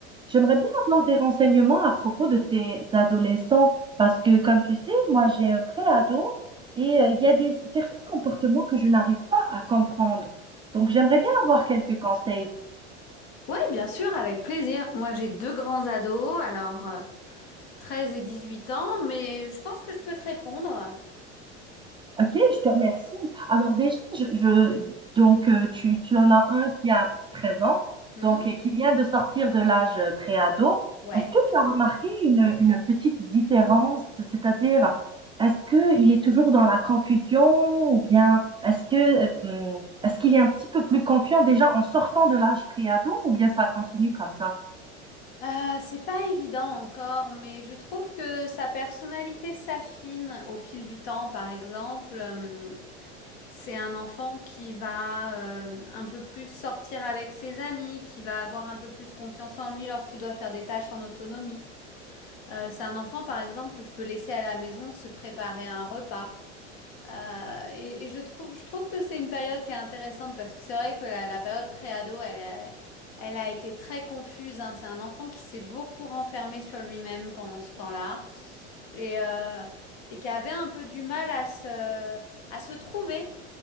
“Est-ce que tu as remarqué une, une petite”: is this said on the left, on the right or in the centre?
Right